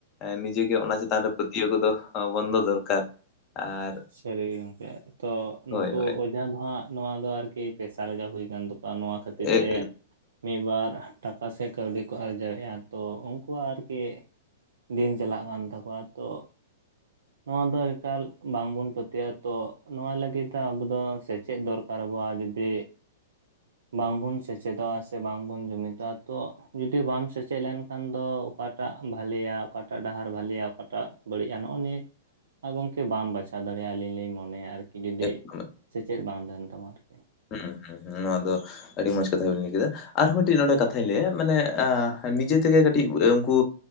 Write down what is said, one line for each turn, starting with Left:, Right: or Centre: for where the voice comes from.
Left: ᱱᱤᱡᱮᱜ ᱜᱮ ᱚᱱᱟ ᱪᱮᱛᱟᱱ ᱨᱮ ᱯᱟᱹᱛᱭᱟᱹᱣ ᱠᱚᱫᱚ ᱵᱚᱱᱫᱚ ᱫᱚᱨᱠᱟᱨ ᱟᱨ
Right: ᱥᱟᱹᱨᱤ ᱜᱮ ᱜᱚᱝᱠᱮ ᱛᱚ
Left: ᱦᱳᱭ
Right: ᱱᱩᱠᱩ
Left: ᱦᱳᱭ
Right: ᱚ ᱡᱟᱦᱟ ᱫᱚ ᱦᱟᱸᱜ ᱱᱚᱣᱟ ᱫᱚ ᱟᱨᱠᱤ ᱯᱮᱥᱟ ᱞᱮᱠᱟ ᱦᱩᱭ ᱟᱠᱟᱱ ᱛᱟᱠᱚᱣᱟ ᱱᱚᱣᱟ ᱠᱷᱟᱹᱛᱤᱨ
Left: ᱮ-
Right: ᱛᱮ ᱢᱤᱫ ᱵᱟᱨ ᱴᱟᱠᱟ ᱥᱮ ᱠᱟᱹᱣᱰᱤ ᱠᱚ ᱟᱨᱡᱟᱣᱮᱫᱼᱟ ᱛᱚ ᱩᱱᱠᱩᱣᱟᱜ ᱟᱨᱠᱤ ᱫᱤᱱ ᱪᱟᱞᱟᱜ ᱠᱟᱱ ᱛᱟᱠᱚᱣᱟ ᱛᱚ ᱱᱚᱣᱟ ᱫᱚ ᱮᱠᱟᱞ ᱵᱟᱝ ᱵᱚᱱ ᱯᱟᱹᱛᱭᱟᱹᱜᱼᱟ ᱛᱚ ᱱᱚᱣᱟ ᱞᱟᱹᱜᱤᱫ ᱫᱚ ᱟᱵᱚ ᱫᱚ ᱥᱮᱪᱮᱫ ᱫᱚᱨᱠᱟᱨ ᱟᱵᱚᱣᱟ ᱡᱚᱫᱤ
Left: <inaudible>
Right: ᱵᱟᱝ ᱵᱚᱱ ᱥᱮᱪᱮᱫᱚᱜᱼᱟ ᱥᱮ ᱵᱟᱝ ᱵᱚᱱ ᱡᱩᱢᱤᱫᱚᱜᱼᱟ ᱛᱚ ᱡᱩᱫᱤ ᱵᱟᱢ ᱥᱮᱪᱮᱫ ᱞᱮᱱᱠᱷᱟᱱ ᱫᱚ ᱚᱠᱟ ᱚᱠᱟᱴᱟᱜ ᱵᱷᱟᱞᱮᱭᱟ ᱚᱠᱟᱴᱟᱜ ᱰᱟᱦᱟᱨ ᱵᱷᱟᱹᱞᱮᱭᱟ ᱚᱠᱟᱴᱟᱜ ᱵᱟᱹᱲᱤᱡᱼᱟ ᱱᱚᱜᱼᱚ ᱱᱤᱭᱟᱹ ᱴᱟ ᱟᱨ ᱜᱚᱢᱠᱮ ᱵᱟᱢ ᱵᱟᱪᱷᱟᱣ ᱫᱟᱲᱮᱭᱟᱜᱼᱟ ᱟᱹᱞᱤᱧ ᱞᱤᱧ ᱢᱚᱱᱮᱭᱟ ᱟᱨᱠᱤ ᱡᱩᱫᱤ
Left: ᱮᱠᱫᱚᱢ
Right: ᱥᱮᱪᱮᱫ ᱵᱟᱝ ᱛᱟᱦᱮᱱ ᱛᱟᱢᱟ ᱟᱨᱠᱤ
Left: ᱦᱩᱸ ᱦᱩᱸ ᱦᱩᱸ ᱱᱚᱶᱟ ᱫᱚ ᱟᱹᱰᱤ ᱢᱚᱸᱡᱽ ᱠᱟᱛᱷᱟ ᱵᱤᱱ ᱞᱟᱹᱭ ᱠᱮᱫᱟ ᱟᱨᱦᱚᱸ ᱢᱤᱫᱴᱤᱡ ᱱᱚᱰᱮ ᱠᱟᱛᱷᱟᱧ ᱞᱟᱹᱭᱟ ᱢᱟᱱᱮ ᱮᱸ ᱱᱤᱡᱮ ᱛᱮᱜᱮ ᱠᱟᱹᱴᱤᱡ ᱩᱱᱠᱩ